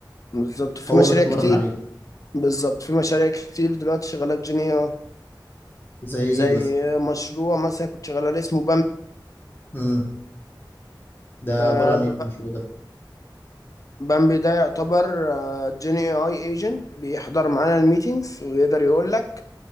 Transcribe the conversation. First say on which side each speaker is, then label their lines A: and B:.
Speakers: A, on the left; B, on the left.
A: بالظبط في
B: هو
A: مشاريع
B: بيتمرن
A: كتير
B: عليه
A: بالظبط في مشاريع كتير دلوقتي شغاله بجينيا
B: زي
A: زي
B: ايه مثلا
A: مشروع مثلا كنت شغال عليه اسمه
B: امم ده
A: بامبي
B: عباره عن ايه المشروع ده
A: بامبي ده يعتبر جين اي اي ايجنت بيحضر معانا الميتينجز ويقدر يقول لك